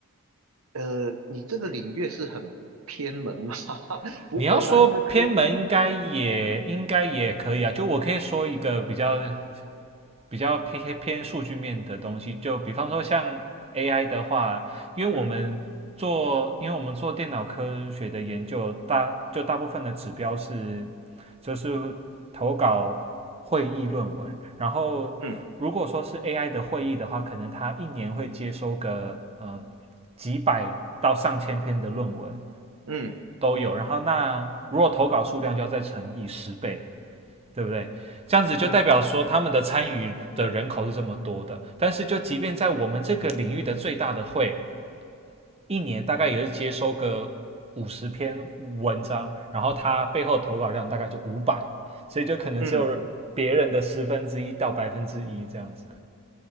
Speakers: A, on the right (about 70°); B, on the right (about 30°).
A: 呃，你这个领域是很偏门吗？<laughs>
B: <laughs>
A: 不会啊，
B: 你要说偏门应该也应该也可以啊。
A: 应该科技。
B: 就我可以说一个比较比较偏偏数据面的东西，就比方说像 AI 的话，因为我们做因为我们做电脑科学的研究，
A: 嗯
B: 大就大部分的指标是就是投稿会议论文，然后如果说是
A: 嗯
B: AI 的会议的话，可能它一年会接收个嗯、呃几百到上千篇的论文。
A: 嗯
B: 都有。然后那如果投稿数量就要再乘以十倍，对不对？这样子就代表说他们的参与的人口是这么多的。
A: 嗯
B: 但是就即便在我们这个领域的最大的会，一年大概也是接收个五十篇文章，然后它背后投稿量大概就五百，所以就可能只有别人的十分之一到百分之一这样子。
A: 嗯，